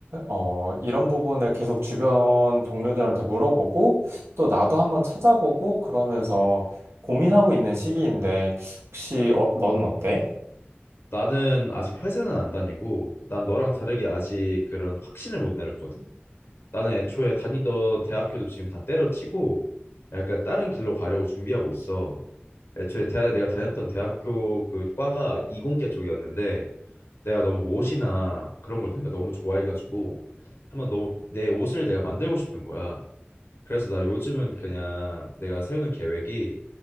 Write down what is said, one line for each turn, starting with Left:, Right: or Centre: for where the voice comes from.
Right: 어, 이런 부분을 계속 주변 동료들한테 물어보고 또 나도 한번 찾아보고 그러면서 고민하고 있는 시기인데 혹시 어, 넌 어때?
Left: 나는 아직 회사는 안 다니고, 난 너랑 다르게 아직 그런 확신을 못 내렸거든? 나는 애초에 다니던 대학교도 지금 다 때려치고, 약간 다른 길로 가려고 준비하고 있어. 애초에 대 내가 다녔던 대학교 그 과가 이공계 쪽이었는데, 내가 너무 옷이나 그런 걸 내가 너무 좋아해가지고, 한번 너무 내 옷을 내가 만들고 싶은 거야. 그래서 나 요즘은 그냥 내가 세우는 계획이